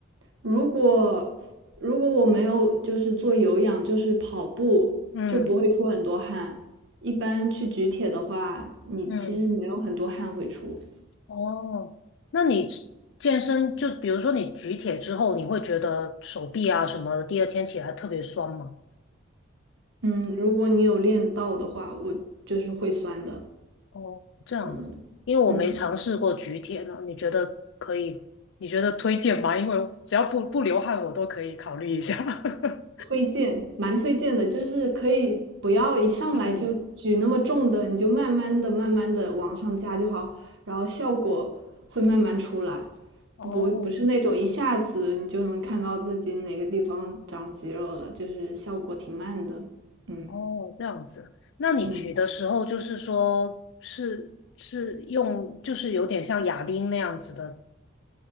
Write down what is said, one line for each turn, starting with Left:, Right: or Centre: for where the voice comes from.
Right: 如果如果我没有就是做有氧，就是跑步，
Left: 嗯
Right: 就不会出很多汗。一般去举铁的话，你其实没有很多汗会出。
Left: 嗯，哦，那你健身就比如说你举铁之后，你会觉得手臂啊什么的，第二天起来特别酸吗？
Right: 嗯，如果你有练到的话，我就是会酸的。
Left: 哦，这样子，
Right: 嗯嗯，
Left: 因为我没尝试过举铁呢，你觉得可以？你觉得推荐吗？因为只要不不流汗，我都可以考虑一下。<laughs>
Right: 推荐，蛮推荐的，就是可以不要一上来就举那么重的，
Left: 嗯。
Right: 你就慢慢的、慢慢的往上加就好，然后效果会慢慢出来，
Left: 哦
Right: 不不是那种一下子你就能看到自己哪个地方长肌肉了，就是效果挺慢的。嗯
Left: 哦，这样子。那你举的时候，
Right: 嗯，
Left: 就是说，是是用，就是有点像哑铃那样子的